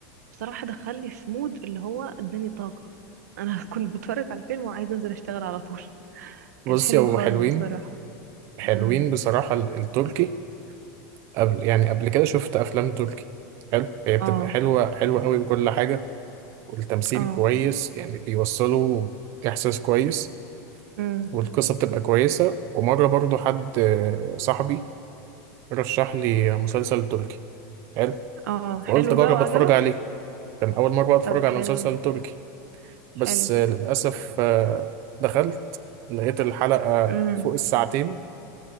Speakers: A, on the right; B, on the right.
A: بصراحة دخلني في مود اللي هو اداني طاقة انا <laughs> كنت بتفرج على الفيلم وعايزة انزل اشتغل على طول
B: بصي
A: كان حلو
B: هو
A: خالص
B: حلوين
A: بصراحة
B: حلوين
A: امم
B: بصراحة ال- التركي قبل يعني قبل كده شفت أفلام تركي حلو هي بتبقى
A: اه
B: حلوة حلوة قوي بكل حاجة والتمثيل
A: اه
B: كويس يعني بيوصلوا إحساس كويس
A: امم
B: والقصة بتبقى كويسة ومرة برضو حد آه، صاحبي رشح لي مسلسل تركي حلو
A: اه حلو
B: فقلت أجرب
A: بقى وعجبك
B: أتفرج عليه كان أول مرة أتفرج
A: طب حلو
B: على مسلسل تركي بس
A: حلو
B: آه، للأسف آه، دخلت لقيت الحلقة
A: امم
B: فوق الساعتين